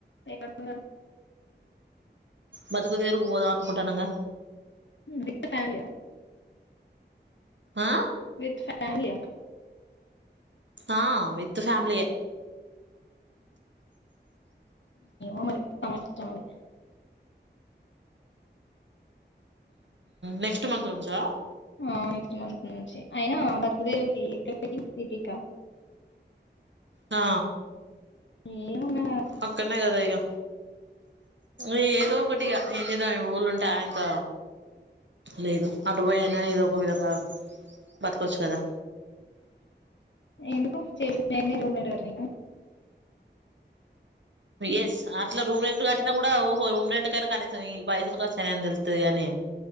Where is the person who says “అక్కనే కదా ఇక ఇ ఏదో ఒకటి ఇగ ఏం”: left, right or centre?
Right